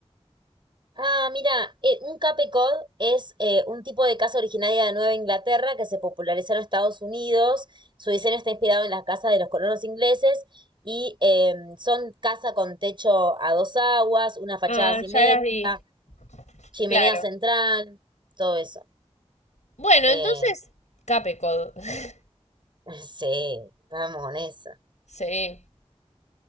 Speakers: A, on the right; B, on the left.
A: Ah, mira, eh, un Cape Cod es eh, un tipo de casa originaria de Nueva Inglaterra que se popularizó en Estados Unidos. Su diseño está inspirado en las casas de los colonos ingleses y em, son casa con techo a dos aguas, una fachada
B: Ah,
A: simétrica,
B: ya las vi.
A: chimenea
B: Claro.
A: central, todo eso.
B: Bueno,
A: Eh,
B: entonces, Capecod. <laughs>
A: <laughs> Sí, vamos con eso.
B: Sí.